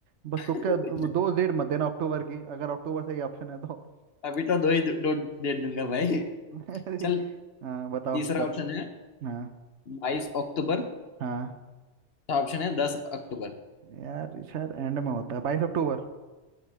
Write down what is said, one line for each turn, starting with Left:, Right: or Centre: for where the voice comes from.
Right: बस
Left: <laughs>
Right: तो क्या दो दो डेट मत देना अक्टूबर की अगर अक्टूबर सही ऑप्शन है तो
Left: अभी तो दो ही दो डेट दूंगा भाई
Right: <laughs> अरे,
Left: चल
Right: हाँ बताओ
Left: तीसरा
Right: चल
Left: ऑप्शन है
Right: हाँ
Left: बाईस अक्टूबर
Right: हाँ
Left: चौथा ऑप्शन है दस अक्टूबर
Right: यार शायद एंड में होता है बाईस अक्टूबर